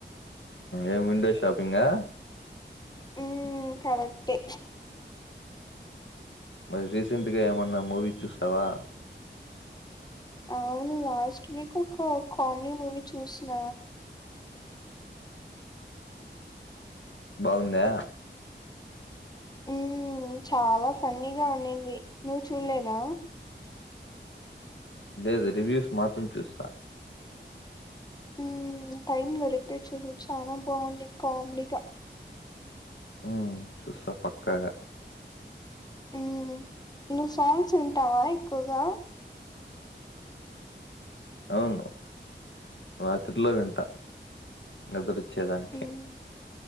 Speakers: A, on the left; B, on the left.
A: ఏం విండో షాపింగా
B: ఉ కరెక్టే
A: మరి రీసెంట్గా ఏమన్నా మూవీ చూసావా
B: అవును లాస్ట్ వీక్ ఒక కామెడీ మూవీ చూసిన
A: బాగుందా
B: మ్మ్ చాలా ఫన్నీగా ఉన్నింది నువ్ చూడలేదా
A: లేదు రివ్యూస్ మాత్రం చూస్తా
B: ఉ టైమ్ దొరికితే చూడు చాలా బాగుంది కామెడీగా
A: ఉ చూస్తా పక్కాగా
B: ఉ నువ్ సాంగ్స్ వింటావా ఎక్కువగా
A: అవును రాత్రిలో వింటా నిదురోచ్చేదానికి
B: మ్మ్